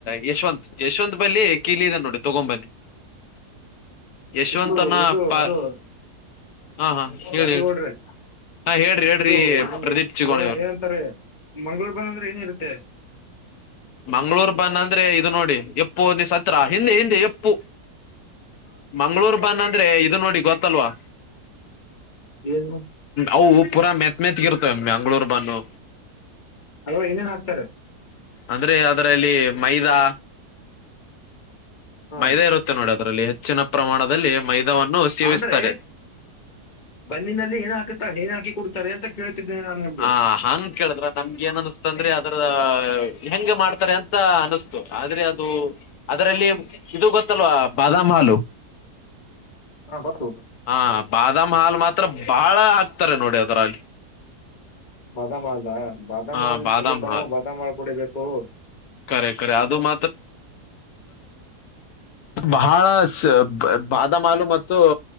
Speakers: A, on the left; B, on the left.
A: ಯಶವಂತತ್ ಯಶವಂತ್ ಬಲ್ಲಿ ಕೀಲಿ ಇದೆ ನೋಡಿ ತಗೊಂಬನ್ನಿ. ಯಶವಂತನ
B: ಸಿದು ಇದು
A: ಪಾರ್ಕ್
B: ಹಲೋ
A: ಹಾ ಹಾ ಹೇಳಿ
B: ರಾಜಗೌಡ್ರೆ.
A: ಹೇಳಿ ಹಾ ಹೇಳ್ರಿ ಹೇಳ್ರಿ
B: ಇದುಗೆ
A: ಪ್ರದೀಪ್ ಚಿಗೋಣಿ ಅವ್ರು
B: ಏನಂತಾರೆ ಮಂಗಗಳೂರು ಬಂದ ಅಂದ್ರೆ ಏನಿರುತ್ತೆ.
A: ಮಂಗ್ಳೂರ್ ಬನ್ನ ಅಂದ್ರೆ ಇದು ನೋಡಿ ಎಪ್ಪು ನೀ ಸತ್ರ ಹಿಂದೆ ಹಿಂದೆ ಎಪ್ಪು.
B: <inaudible>
A: ಮಂಗ್ಳೂರ್ ಬನ್ ಅಂದ್ರೆ ಇದು ನೋಡಿ ಗೊತ್ತಲ್ವಾ
B: ಏನು <inaudible>
A: ಅವು ಪೂರಾ ಮೆತ್ ಮೆತ್ಗ ಇರ್ತವೆ ಮಂಗ್ಳೂರ್ ಬನ್ನು
B: ಅದರೊಳಗೆ ಏನೇನ್ ಹಾಕ್ತಾರೆ.
A: ಅಂದ್ರೆ ಅದ್ರಲ್ಲಿ ಮೈದಾ.
B: ಹ
A: ಮೈದಾ ಇರುತ್ತೆ ನೋಡಿ ಅದ್ರಲ್ಲಿ ಹೆಚ್ಚಿನ ಪ್ರಮಾಣದಲ್ಲಿ ಮೈದಾವನ್ನು ಸೇವಿಸ್ತಾರೆ.
B: ಅಂದ್ರೆ ಬನ್ನಿನಲ್ಲಿ ಏನ್ ಹಾಕ್ತಾರೆ ಏನ್ ಹಾಕಿ ಕೊಡ್ತಾರೆ ಅಂತ. ಕೇಳ್ತಿದ್ದೇನೆ ನಾನು. ನಿಮ್ಗೆ
A: ಹ ಹಂಗ್ ಕೇಳಿದ್ರ ನಮ್ಗೆ ಏನ್ ಅನಸ್್ತ ಅಂದ್ರಿ ಅದ್ರ ಹೆಂಗೆ ಮಾಡ್ತಾರೆ ಅಂತ ಅನ್ಸ್ತ. ಆದ್ರೆ ಅದು ಅದರಲ್ಲಿ ಇದು ಗೊತ್ತಲ್ವಾ ಬಾದಾಮ್ ಹಾಲು.
B: ಹ ಗೊತ್ತು.
A: ಹಾ ಬಾದಾಮ್ ಹಾಲ್ ಮಾತ್ರ ಬಾಳ ಆಗ್ತಾರೆ ನೋಡಿ ಅದರ ಅಲ್ಲಿ.
B: ಬಾದಾಮಲ್ದ ಬಾದಾಮಲ್
A: ಹಾ ಬಾದಾಮ್
B: ಚಲೋ ಕಣವು
A: ಹಾಲ್
B: ಬಾದಾಮಲ್ ಕುೂಡಿಬೇಕೇಕು.
A: ಕರೆ ಕರೆ ಅದು ಮಾತ್ರ ಬಹಳ. ಬಾದಾಮಹಾಲು ಮತ್ತು.